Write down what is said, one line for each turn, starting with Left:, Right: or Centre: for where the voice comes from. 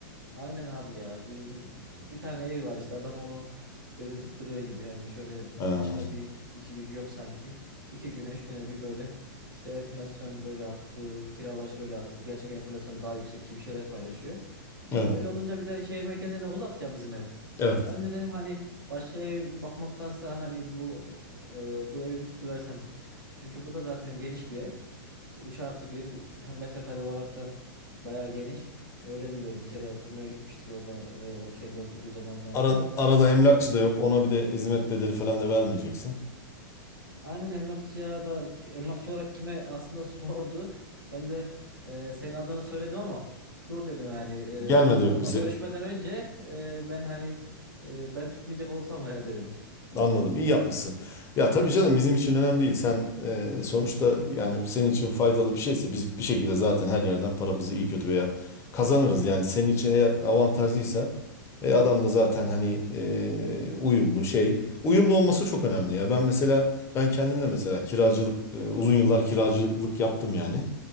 Right: Aynen abi ya. Bizim bir tane evi var işte adam onu gözetip duruyor gibi. Hani şöyle
Left: Ha,
Right: başka bir işi gücü yok sanki. İki güne üç güne bir böyle işte enflasyon böyle arttı, kiralar şöyle arttı, gerçek enflasyon daha yüksek gibi şeyler paylaşıyor.
Left: Evet.
Right: Ya öyle olunca bir de şehir merkezinde uzak ya bizim ev.
Left: Evet.
Right: Ben de dedim hani başka ev bakmaktansa hani bu e, bu evimi tutuversem. Çünkü bu da zaten geniş bir ev. Üç artı bir hem metrekare olarak da bayağı geniş. Öyle biliyorum. Bir kere oturmaya gitmiştik orada e, o kendi oturduğu zamanlarda.
Left: Ara, da arada emlakçı da yok. Ona bir de hizmet bedeli falan da vermeyeceksin.
Right: Aynen emlakçıya da emlakçı olarak kime aslında <laughs> sordu. Ben de e, senin adını söyledim ama dur dedim yani. E,
Left: Gelme de yok
Right: onunla
Left: bize.
Right: görüşmeden önce e, ben hani e, ben tutmayacak olursam ver dedim.
Left: Anladım. İyi yapmışsın. Ya tabii canım bizim için önemli değil. Sen e, sonuçta yani senin için faydalı bir şeyse biz bir şekilde zaten her yerden paramızı iyi kötü veya kazanırız. Yani senin için eğer avantajlıysa e, adam da zaten hani e, uyumlu şey. Uyumlu olması çok önemli ya. Ben mesela ben kendimle mesela kiracılık e, uzun yıllar kiracılık yaptım yani.